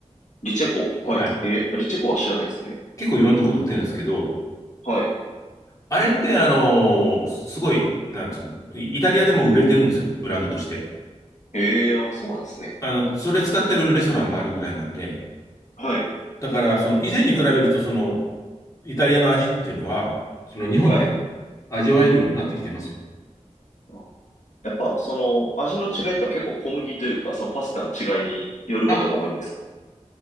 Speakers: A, on the left (about 85°); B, on the left (about 30°).
A: リチェコ。はい。
B: はい。
A: え、リチェコは知らないですね。
B: 結構いろんなところで売ってるんですけど、
A: はい。
B: あれって、あのーすごい、なんつうの、イイタリアでも売れてるんですよ、ブランドとして。
A: ええ、あ、そうなんですね。
B: あの、それ使ってるレストランもあるぐらいなんで、
A: はい。
B: だから、その、以前に比べると、その、イタリアの味っていうのは、その、日本で
A: はい。
B: 味わえるようになってきてますよ。
A: あやっぱ、その、味の違いっては結構小麦というか、そのパスタの違いによることが多いんですか
B: あ、